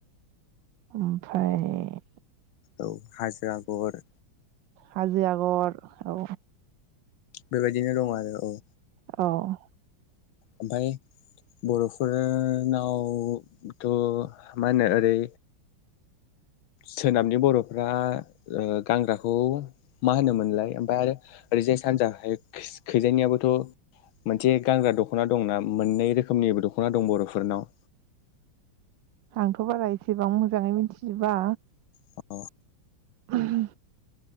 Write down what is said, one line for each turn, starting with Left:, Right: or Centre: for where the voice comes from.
Right: ओमफ्राय
Left: औ हाजो आगर
Right: हाजो आगर औ।
Left: बेबायदिनो दं आरो औ।
Right: अह
Left: ओमफाय बर'फोरनावथ' मा होनो ओरै सोनाबनि बर'फ्रा गानग्राखौ मा होनोमोनलाय ओमफफ्राय आरो ओरैजाय सानजा खैजायनियाबोथ' मोनसे मोनसे गानग्रा दख'ना दंना मोननै रोखोमनिबो दख'ना दं बर'फोरनाव
Right: आंथ' बारा एसेबां मोजाङै मिथिजोबा
Left: औ।
Right: उम